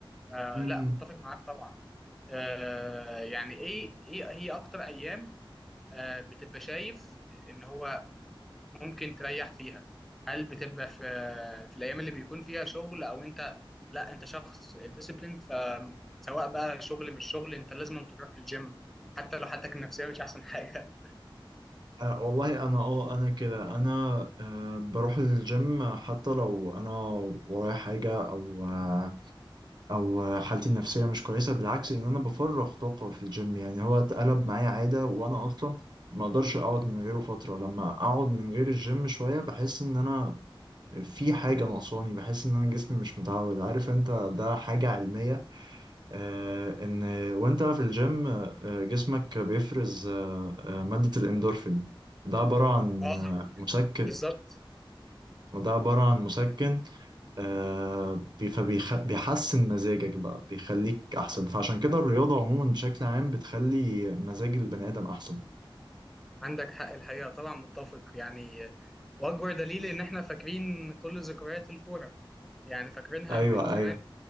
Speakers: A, in the centre; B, on the right.
A: آه
B: مم.
A: لا متفق معاك طبعا آه يعني ايه ايه هي اكتر ايام آه بتبقى شايف ان هو ممكن تريح فيها هل بتبقى في في الايام اللي بيكون فيها شغل او انت لا انت شخص ديسيبلين فسواء بقى شغل مش شغل انت لازم تروح الجيم حتى لو حالتك النفسيه مش احسن حاجه
B: آه والله انا اه انا كده انا آه بروح الجيم حتى لو انا ورايا حاجه او آه او حالتي النفسيه مش كويسه بالعكس ان انا بفرغ طاقه في الجيم يعني هو اتقلب معايا عاده وانا اصلا ما اقدرش اقعد من غيره فتره لما اقعد من غير الجيم شويه بحس ان انا في حاجة ناقصاني بحس إن أنا جسمي مش متعود عارف أنت ده حاجة علمية آه إن وأنت في الجيم آه جسمك بيفرز آه آه مادة الإندورفين ده عبارة عن
A: <laughs> اه
B: آه مسكن
A: بالظبط
B: وده عبارة عن مسكن آه بي- فبيخ... بيحسن مزاجك بقى بيخليك أحسن فعشان كده الرياضة عموما بشكل عام بتخلي مزاج البني آدم أحسن
A: عندك حق الحقيقه طبعا متفق يعني واكبر دليل ان احنا فاكرين كل ذكريات الكوره يعني فاكرينها
B: أيوه
A: من زمان
B: أيوه